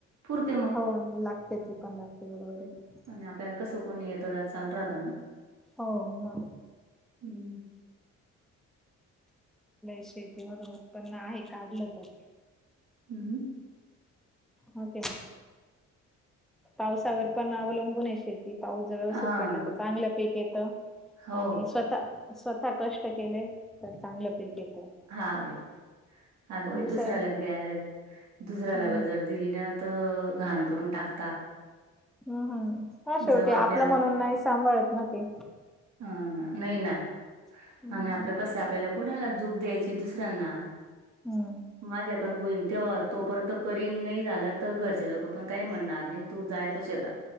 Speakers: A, on the right (about 65°); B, in the centre.
A: पुरते मग
B: हो लागते ती पण लागते बरोबरं है
A: आणि आपल्याला कसं कोणी येतं चालू राहत ना....
B: हो मग
A: हम्म
B: शेतीमधून उत्पन्न आहे का, घेतो?
A: हम्म
B: होके. पावसावर पण अवलंबून आहेे शेत. ते पाऊस जर व्यवस्थित
A: हा
B: पडला तर चांगलं पीक येतं
A: हो
B: आणि स्वतः स्वतः कष्ट केले तर चांगलं पीक येतं.
A: हा बाई अगं बाई
B: दुसऱ्या
A: दुसऱ्याला द्याला दुसऱ्याला
B: हम्म
A: ब जर दिली ना त घाण करून टाक
B: हम् हम्म ह शेवटी
A: जव आपल्यावर
B: आपलं म्हणून नाही सांभाळत ना ते.
A: ह ना नइ ना,
B: हम्म
A: आणि आपलं कसं आपल्याला कुणाला झूप द्यायची दुसऱ्यांना.
B: हम्म
A: माझ्याकून होईन तेव्हा तोपर्यंत करीन नाही झालं तर घरचे लोक पण काही म्हणणार नाही तू जायच शेतात